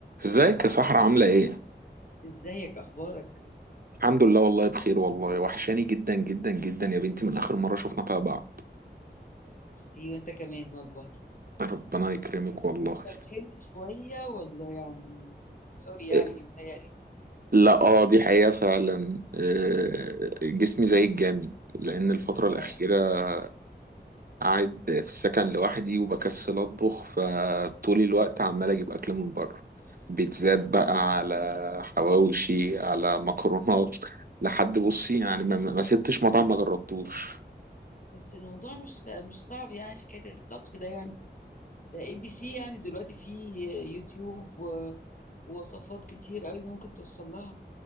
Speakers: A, on the right; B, on the left.
A: ازيك يا صحرا عاملة ايه؟
B: ازيك اخبارك
A: الحمد لله والله بخير والله وحشاني جدا جدا جدا يا بنتي من آخر مرة شفنا فيها بعض
B: ميرسي وانت كمان والله
A: ربنا يكرمك
B: انت
A: والله
B: إنت تخنت شويه ولا يعني سوري يعني
A: إيه،
B: متهيألي
A: لا اه دي حقيقة فعلا إيه، جسمي زي الجامد لأن الفترة الأخيرة
B: آه،
A: قاعد في السكن لوحدي وبكسل أطبخ فطول الوقت عمال أجيب أكل من بره بيتزات بقى على حواوشي على مكرونات لحد بصي يعني ما ما- ما سبتش مطعم ما جربتوش
B: بس الموضوع مش مش صعب يعني حكايه الطبخ ده يعني ده اي بي سي يعني دلوقتي في يوتيوب و- ووصفات كتير قوي ممكن توصل لها